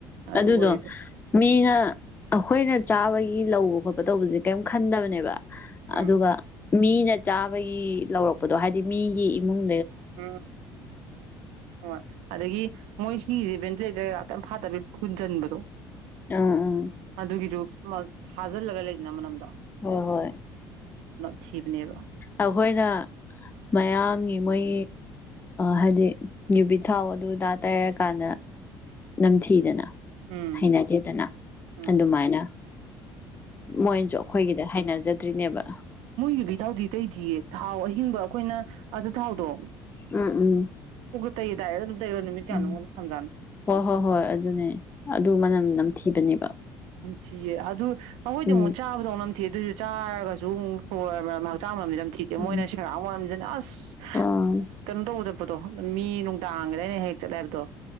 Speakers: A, on the right; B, on the left.
A: ꯑꯗꯨ
B: ꯑꯗꯨꯗꯣ
A: ꯑꯣꯏꯌꯦꯕ
B: ꯃꯤꯅ ꯑꯩꯈꯣꯏꯅ ꯆꯥꯕꯒꯤ ꯂꯧꯕ ꯈꯣꯄ ꯇꯧꯕꯖꯦ ꯀꯩꯏꯝ ꯈꯟꯗꯕꯅꯦꯕ
A: ꯎꯝ
B: ꯑꯗꯨꯒ ꯃꯤꯅ ꯆꯥꯕꯒꯤ ꯂꯧꯔꯛꯄꯗꯣ ꯍꯥꯏꯗꯤ ꯃꯤꯒꯤ ꯏꯃꯨꯡ
A: ꯎꯝ ꯍꯣꯏ ꯑꯗꯒꯤ ꯃꯣꯏ ꯁꯤꯚꯦꯟ ꯐ ꯇ ꯐꯖꯅꯤꯡꯕꯗꯣ
B: ꯑꯥ ꯑꯥ
A: ꯑ ꯑꯗꯨꯒꯤꯁꯨꯣ ꯐꯥꯖꯤꯜꯂꯒ ꯂꯩꯗꯅ ꯃꯅꯝꯗꯣ
B: ꯍꯣꯏ ꯍꯣꯏ
A: ꯊꯤꯕ ꯅꯕ
B: ꯑꯩꯈꯣꯏꯅ ꯃꯌꯥꯝꯒꯤ ꯃꯣꯏ ꯍꯥꯏꯗꯤ ꯌꯨꯕꯤ ꯊꯥꯎ ꯑꯗꯨꯗꯥ ꯇꯩꯔꯀꯥꯟꯗ ꯅꯝꯁꯤꯤꯗꯅ
A: ꯎꯝ
B: ꯍꯩꯅꯗꯦꯗꯅ
A: ꯎꯝ
B: ꯑꯗꯨꯃꯥꯏꯅ ꯃꯣꯏꯁꯨ ꯑꯩꯈꯣꯏꯒꯤꯗ ꯍꯥꯏꯅꯖꯗꯦ ꯇ꯭ꯅꯕ
A: ꯃꯣꯏꯒꯤ ꯀꯩꯇꯥꯎꯗꯤ ꯑꯇꯩꯗꯤ ꯊꯥꯎ ꯑꯩ ꯍꯤꯡꯕ ꯑꯩꯈꯣꯏꯅ ꯑꯊꯥꯎꯗꯣ
B: ꯎꯝ ꯎꯝ
A: ꯇꯩꯗ ꯑꯗꯨ ꯔ ꯅꯨꯃꯤꯠ ꯀꯌꯥꯣ
B: ꯎꯝ
A: ꯊꯝꯖꯅꯤ
B: ꯍꯣꯏ ꯍꯣꯏ ꯍꯣꯏ ꯑꯗꯨꯅꯦ ꯑꯗꯨ ꯃꯅꯝ ꯅꯝꯊꯤꯕꯅꯦꯕ
A: ꯊꯤꯌꯦ ꯑꯗꯨ ꯅꯈꯣꯏꯗ
B: ꯎꯝ
A: ꯑꯃꯨꯛ ꯆꯥꯕꯗꯧ ꯊꯤ ꯑꯗꯨꯑꯣꯏꯁꯨ ꯆꯥꯔꯒꯁꯨ ꯑꯃꯨꯛ ꯍꯣꯏ ꯆꯥꯝꯝ ꯊꯤꯛꯦ
B: ꯎꯝ
A: ꯃꯣꯏꯅ ꯁꯦꯡ ꯑꯁ
B: ꯑꯥ
A: ꯀꯩꯅꯗꯧꯧꯕꯗ ꯀꯗꯣ ꯃꯤ ꯅꯅꯨꯡ ꯇꯥꯡꯒ ꯂꯩꯅꯦ ꯍꯦꯛ ꯆꯠꯂꯥꯏꯔꯗꯣ